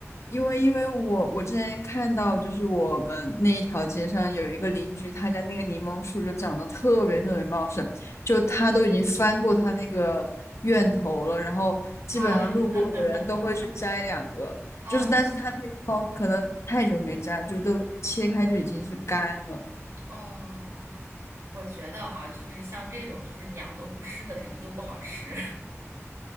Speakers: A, on the left; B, on the right.
A: 因为因为我我之前看到，就是我们那一条街上有一个邻居，他家那个柠檬树就长得特别特别茂盛，就他都已经翻过他那个院头了，然后基本上路过的人都会去摘两个，
B: 啊 <laughs> 啊
A: 就是但是他那个地方可能太久没摘，就都切开就已经是干了，
B: 哦，我觉得哈，就是像这种就是鸟都不吃的，肯定就不好吃。